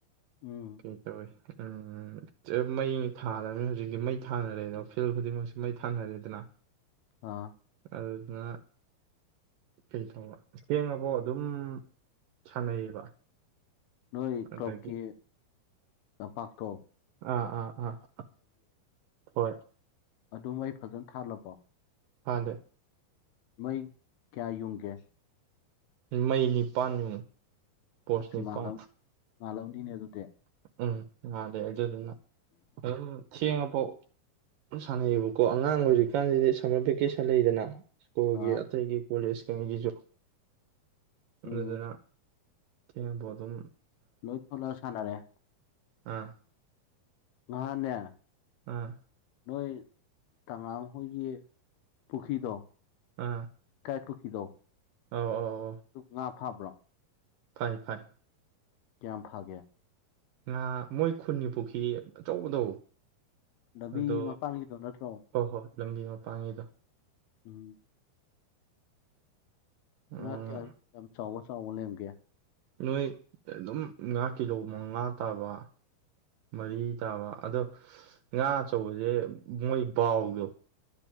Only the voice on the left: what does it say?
ꯎꯝ꯫
ꯑꯥ꯫
ꯅꯣꯏ
ꯀ꯭ꯂꯕꯀꯤ ꯄꯥꯛꯇꯣ꯫
ꯑꯗꯨꯝ ꯃꯩ ꯐꯖꯅ ꯊꯥꯜꯂꯕꯣ꯫
ꯃꯩ ꯀꯌꯥ ꯌꯨꯡꯒꯦ꯫
ꯑꯁ
ꯉꯥꯜꯂꯝ ꯉꯥꯜꯂꯝꯅꯤꯅꯦ ꯑꯗꯨꯗꯤ꯫
ꯑꯥ
ꯎꯝ
ꯂꯣꯏꯊꯣꯂꯛꯑ ꯁꯥꯟꯅꯔꯦ꯫
ꯑꯥ ꯅꯦ꯫
ꯅꯣꯏ ꯇꯉꯥꯡ ꯍꯣꯏꯒꯤ ꯄꯨꯈ꯭ꯔꯤꯗꯣ꯫
ꯨꯄꯨꯈꯤꯗꯣ꯫
ꯑꯗꯨ ꯉꯥ ꯐꯥꯕ꯭ꯔꯣ꯫
ꯀꯌꯥꯝ ꯐꯥꯒꯦ꯫
ꯂꯝꯕꯤ
ꯃꯄꯥꯟꯒꯤꯗꯣ ꯅꯠꯇ꯭ꯔꯣ
ꯎꯝ꯫
ꯉꯥ ꯀꯌꯥ ꯌꯥꯝ ꯆꯥꯎꯕ ꯆꯥꯎꯕ ꯂꯦꯝꯒꯦ꯫